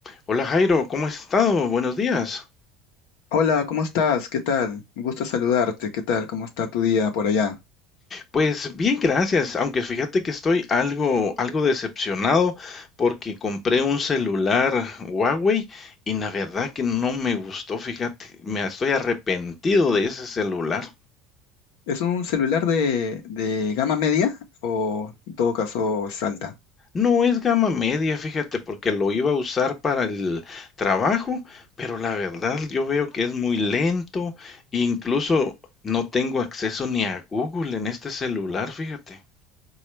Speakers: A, on the left; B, on the left.
A: Hola Jairo, ¿cómo has estado? Buenos días.
B: Hola, ¿cómo estás? ¿Qué tal? Me gusta saludarte. ¿Qué tal? ¿Cómo está tu día por allá?
A: Pues bien, gracias, aunque fíjate que estoy algo, algo decepcionado porque compré un celular Huawei y la verdad que no me gustó, fíjate, me estoy arrepentido de ese celular.
B: ¿Es un celular de, de gama media o en todo caso es alta?
A: No es gama media, fíjate, porque lo iba a usar para el trabajo, pero la verdad yo veo que es muy lento, incluso no tengo acceso ni a Google en este celular, fíjate.